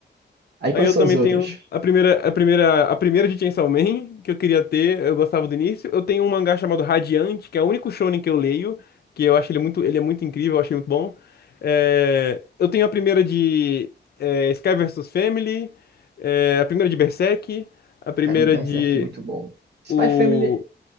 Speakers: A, on the right; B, on the left.
A: Aí quais
B: Aí eu
A: são
B: também
A: os outros?
B: tenho a primeira, a primeira, a primeira de Chainsaw Man que eu queria ter, eu gostava do início. Eu tenho um mangá chamado Radiante, que é o único shonen que eu leio, que eu acho ele muito, ele é muito incrível, eu achei muito bom. É, eu tenho a primeira de é, Sky versus Family, é, a primeira de Berserk, a primeira
A: Cara, um Berserk
B: de
A: muito bom. Spy
B: o
A: Family